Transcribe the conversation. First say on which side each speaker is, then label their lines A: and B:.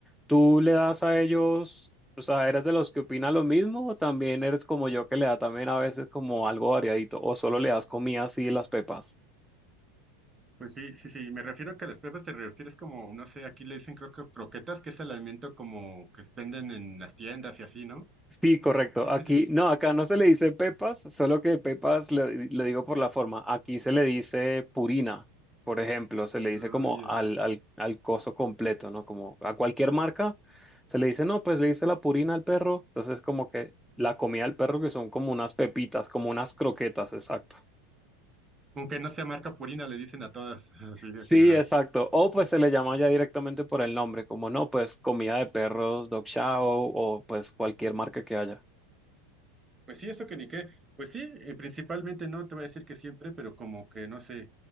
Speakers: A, in the centre; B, on the right.
A: ¿Tú le das a ellos, o sea, eres de los que opina lo mismo o también eres como yo que le da también a veces como algo variadito o solo le das comida así las pepas?
B: Pues sí, sí, sí, me refiero a que a las perras te refieres como, no sé, aquí le dicen creo que croquetas, que es el alimento como que venden en las tiendas y así, ¿no?
A: Sí, correcto.
B: Sí,
A: Aquí,
B: sí, sí.
A: no, acá no se le dice pepas, solo que pepas le, le digo por la forma. Aquí se le dice purina, por ejemplo, se le
B: Ah,
A: dice como
B: ya.
A: al, al, al coso completo, ¿no? Como a cualquier marca, se le dice, no, pues le dice la purina al perro. Entonces, como que la comida del perro, que son como unas pepitas, como unas croquetas, exacto.
B: Aunque no sea marca Purina, le dicen a todas, <laughs> así en
A: Sí,
B: general.
A: exacto. O pues se le llama ya directamente por el nombre, como no, pues comida de perros, dog chow o pues cualquier marca que haya.
B: Pues sí, eso que ni qué. Pues sí, eh, principalmente no te voy a decir que siempre, pero como que no sé,